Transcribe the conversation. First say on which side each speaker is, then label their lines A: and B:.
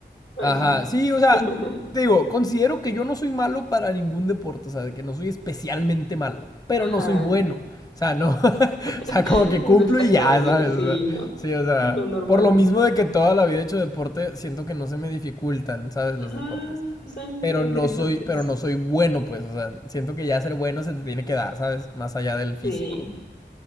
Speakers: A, on the left; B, on the left.
A: Ahí.
B: Ajá, sí, o sea,
A: <laughs>
B: te digo, considero que yo no soy malo para ningún deporte, o sea, de que no soy especialmente malo, pero
A: Ajá.
B: no soy bueno. O sea, no, <laughs> o
A: <laughs>
B: sea, como que cumplo
A: Destacable,
B: y ya, ¿sabes?
A: sí,
B: O sea,
A: no.
B: sí, o sea,
A: Lo normal.
B: por lo mismo de que toda la vida he hecho deporte, siento que no se me dificultan, ¿sabes?
A: Ajá,
B: Los deportes.
A: son
B: Pero
A: interesantes.
B: no soy, pero no soy bueno, pues, o sea, siento que ya ser bueno se te tiene que dar, ¿sabes? Más allá del físico.
A: Sí.